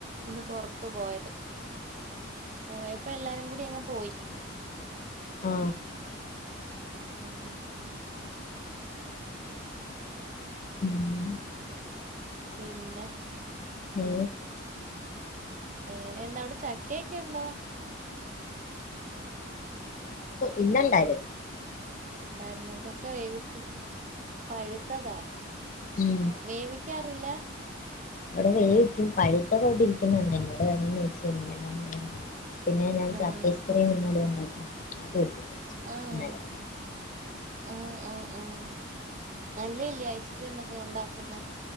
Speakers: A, on the right (about 40°); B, on the left (about 40°).
A: ഒന്ന് പൊറത്തു പോയത് പോയപ്പോ എല്ലാരും കൂടി അങ്ങ് പോയി
B: ആ
A: ആഹ് ആ
B: <unintelligible>
A: പിന്നെ
B: ഏ?
A: വേറെ എന്താ അവിടെ ചക്കയൊക്കെ ഉണ്ടോ
B: ഇന്നണ്ടാരും
A: ഉണ്ടായിരുന്നോ ചക്ക വേവിച്ച് പഴുത്തതാ
B: ഉം
A: വേവിക്കാറില്ല
B: അവിടെ വേവിക്കും പഴുത്തത് അവിടെ ഇരിക്കുന്ന കണ്ട് എന്നോട് വേണോന്ന് ചേദിച്ചു ഞാൻ വേണ്ടാന്ന് പറഞ്ഞു പിന്നെ ഞാൻ <unintelligible>
A: ആണ്
B: അത് എടുത്ത് കഴിച്ചു
A: ആഹ്
B: ഇന്നലെ
A: ആഹ് ആഹ് നല്ലയല്ലേ ഐസ് ക്രീംഒക്കെ ഉണ്ടാക്കുന്നേ